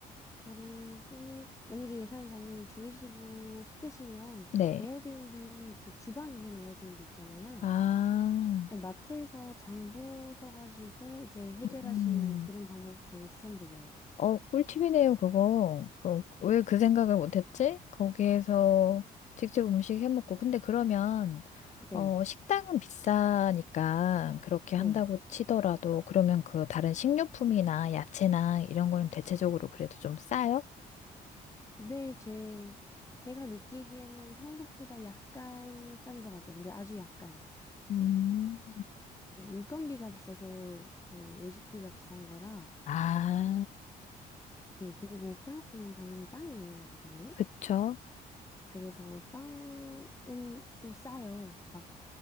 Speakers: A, on the left; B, on the left.
A: 그리고 만약에 예산 당연히 줄이시고 싶으시면
B: 네.
A: 에어비앤비 그 주방 있는 에어비앤비 있잖아요.
B: 아,
A: 아니, 마트에서 장 보셔가지고 이제 해결하시는
B: 음.
A: 그런 방법 저는 추천드려요.
B: 어, 꿀팁이네요, 그거. 그, 왜 그 생각을 못했지? 거기에서 직접 음식 해 먹고. 근데 그러면,
A: 네,
B: 어, 식당은 비싸니까 그렇게
A: 네.
B: 한다고 치더라도, 그러면 그 다른 식료품이나 야채나 이런 거는 대체적으로 그래도 좀 싸요?
A: 네, 제, 제가 느끼기에는 한국보다 약간 싼 것 같아요. 근데 아주 약간.
B: 음.
A: 네, 인건비가 비싸서 그 외식비가 비싼 거라.
B: 아,
A: 네, 그리고 프랑스는 당연히 빵이 유명하잖아요.
B: 그쵸?
A: 그래서 빵은 또 싸요. 막